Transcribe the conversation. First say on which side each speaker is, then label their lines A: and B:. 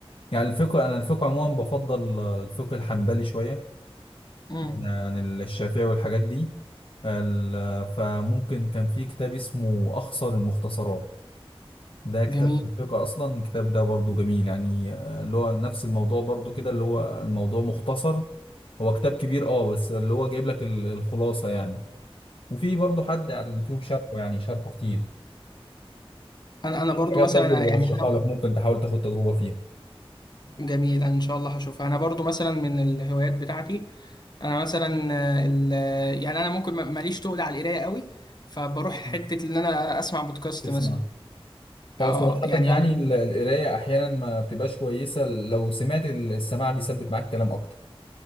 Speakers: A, on the left; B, on the left.
A: يعني الفقه أنا الفقه عموما بفضل آه، الفقه الحنبلي شوية
B: مم.
A: عن الشافعي والحاجات دي ال- فممكن كان في كتاب اسمه أخصر المختصرات ده كتاب
B: جميل
A: في الفقه أصلا الكتاب ده برضو جميل يعني آه، اللي هو نفس الموضوع برضو كده اللي هو الموضوع مختصر هو كتاب كبير اه بس اللي هو جايب لك ال- الخلاصة يعني وفي برضو حد على اليوتيوب شاركه يعني شاركه كتير
B: انا انا
A: في
B: برضو
A: حاجات
B: مثلا
A: برضو اللي
B: يعني
A: برشحها
B: انا
A: لك ممكن تحاول تاخد تجربة فيها
B: جميل انا ان شاء الله هشوفها انا برضو مثلا من الهوايات بتاعتي انا مثلا آه، ال- آه، يعني انا ممكن ما- ماليش تقل على القرايه قوي فبروح
A: مم.
B: حته ان انا اسمع بودكاست
A: اسمع
B: مثلا اه
A: هو صراحة
B: يعني
A: يعني
B: انا
A: ال- القراية أحيانا ما بتبقاش كويسة لو سمعت ال- السماع بيثبت معاك كلام أكتر